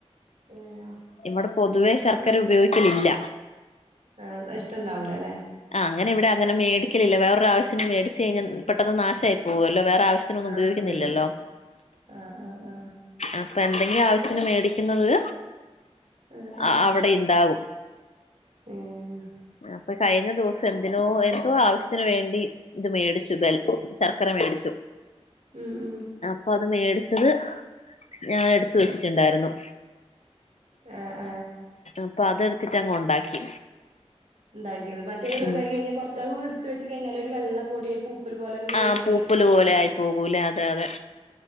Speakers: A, on the right; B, on the left.
A: ഉം
B: ഇവിടെ പൊതുവേ ശർക്കര
A: അപ്പൊ
B: ഉപയോഗിക്കലില്ല
A: ആഹ് ത ഇഷ്ടണ്ടാവൂല അല്ലേ
B: ആഹ് അങ്ങനെ ഇവിടെ അങ്ങന മേടിക്കലില്ല വേറൊരാവശ്യത്തിന് വേടിച്ച് കഴിഞ്ഞാൽ പെട്ടെന്ന് നാശായി പോവുവല്ലോ വേറെ ആവശ് ത്തിനൊന്നും
A: ആഹ്
B: ഉപയോഗിക്കുന്നില്ലല്ലോ
A: അതെ അതെ ആഹ് ആഹ് ആഹ്
B: അപ്പഎന്തെങ്കിലും ആവശ്യത്തിന് മേടിക്കുന്നത്
A: ആഹ് ആഹ്
B: അ അവിടെ ഇണ്ടാകും
A: ഏഹ്
B: അപ്പഴ് കയിഞ്ഞ ദിവസം എന്തിനോ എന്തോ ആവശ്യത്തിന് വേണ്ടി ഇത് മേടിച്ചു ബെൽ ശർക്കര വേടിച്ചു
A: ഉം ഉം
B: അപ്പൊ അത് മേടിച്ചത് ഞാനെടുത്ത് വെച്ചിട്ടുണ്ടായിരുന്നു
A: ഏഹ്
B: അപ്പൊ അതെടുത്തിട്ടങ്ങൊണ്ടാക്കി
A: ഉണ്ടാക്കിയത് മറ്റേത്
B: ഉം
A: ഇതായി കഴിഞ്ഞാൽ കൊറച്ചാവ് എടുത്ത് വെച്ച് കയിഞ്ഞാൽ ഒരു വെള്ള പൊടിയായി പൂ പ്പൽ പോലെ അങ്ങനെ
B: ആ
A: വരികല്ലേ
B: പൂപ്പല്
A: വരുവല്ലൊ
B: പോലെ
A: പെട്ടെന്ന്
B: ആയി പോകൂലേ അതെ അതെ